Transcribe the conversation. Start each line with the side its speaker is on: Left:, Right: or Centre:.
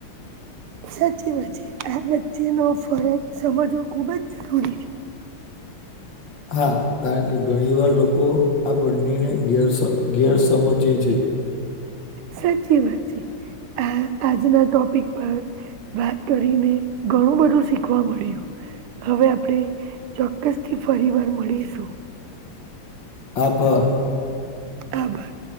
Right: સાચી વાત છે. આ વચ્ચે નો ફરક સમજવો ખુબ જ જરૂરી છે.
Left: હા, કારણ કે ઘણી વાર લોકો આ બંનેને ગેરસ ગેર સમજે છે.
Right: સાચી વાત છે. આ આજના ટોપિક પર વાત કરીને ઘણું બધું શીખવા મળ્યું. હવે આપણે ચોક્કસથી ફરી વાર મળીશું.
Left: આભાર.
Right: આભાર.